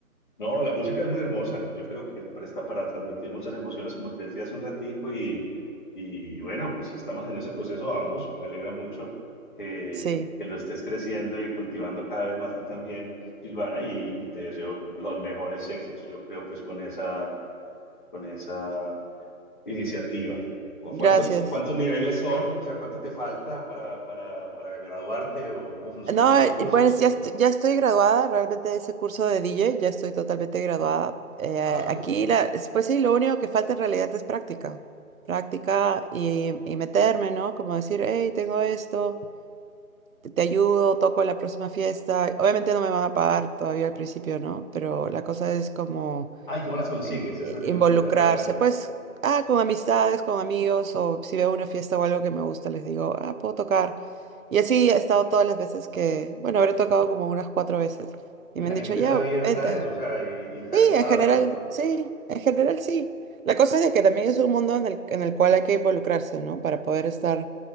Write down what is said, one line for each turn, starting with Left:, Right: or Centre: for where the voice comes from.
Left: No, la música es muy hermosa, yo creo que se presta para transmitir muchas emociones, como te decía hace un ratico, y, y bueno, pues estamos en ese proceso ambos, me alegra mucho que,
Right: Sí,
Left: que lo estés creciendo y cultivando cada vez más tú también, Silvana, y, y te deseo los mejores éxitos, yo creo pues con esa con esa Iniciativa. ¿Cu-
Right: gracias.
Left: ¿Cuántos, cuántos niveles son? O sea, ¿cuánto te falta para, para, para graduarte o cómo funcionan
Right: No,
Left: esos
Right: eh,
Left: cursos?
Right: bueno, sí, ya, est- ya estoy graduada realmente de ese curso de DJ, ya estoy totalmente graduada. Eh,
Left: Ah, súper.
Right: aquí, la, es- pues sí, lo único que falta en realidad es práctica. Práctica y, y meterme, ¿no? Como decir, hey, tengo esto, te, te ayudo, toco en la próxima fiesta. Obviamente no me van a pagar todavía al principio, ¿no? Pero la cosa es como
Left: Ah, ¿y cómo las consigues? Eso
Right: eh,
Left: también
Right: involucrarse,
Left: me gustaría saberlo.
Right: pues, ah, con amistades, con amigos, o si veo una fiesta o algo que me gusta, les digo, ah, puedo tocar. Y así he estado todas las veces que, bueno, habré tocado como unas cuatro veces.
Left: Y
Right: Y
Left: la
Right: me han
Left: gente
Right: dicho, ya,
Left: es abierta
Right: vente.
Left: a eso, o sea, y, y les ha
Right: Sí,
Left: gustado.
Right: en general,
Left: Con...
Right: sí, en general sí. La cosa es de que también es un mundo en el, en el cual hay que involucrarse, ¿no? Para poder estar